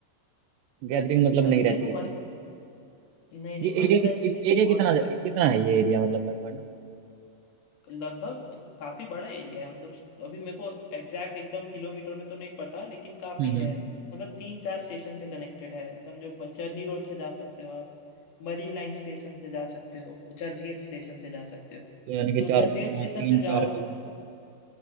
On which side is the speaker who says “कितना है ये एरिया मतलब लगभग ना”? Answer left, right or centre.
Right